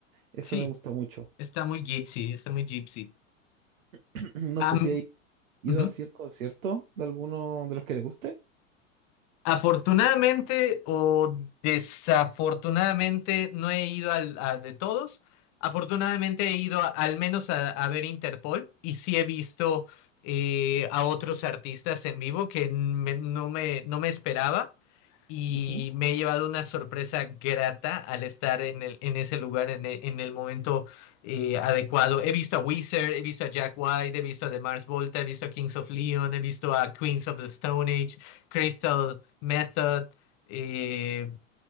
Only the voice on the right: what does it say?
Eso
me gusta mucho.
<clears throat> No sé
si hay ido
así el concierto de alguno de los que te guste.
Ujú.